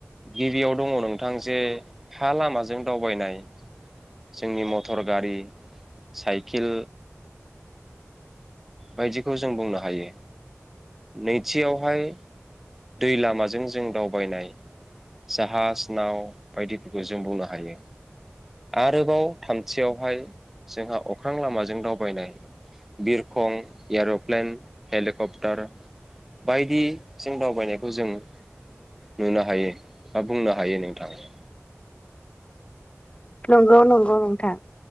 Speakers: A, in the centre; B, on the left (about 20°).
A: गिबियाव दङ नोंथां जे हा लामाजों दावबायनाय जोंनि मटर गारि साइकेल बायदिखौ जों बुंनो हायो नैथियावहाय दै लामाजों जों दावबायनाय जाहाज नाव बायदिफोरखौ जों बुंनो हायो आरोबाव थामथियावहाय जोंहा अख्रां लामाजों दावबायनाय बिरखं एर'प्लेन हेलिकप्टार बायदिजों दावबायनायखौ जों नुनो हायो बा बुंनो हायो। नोंथाङा
B: नंगौ नंगौ नोंथां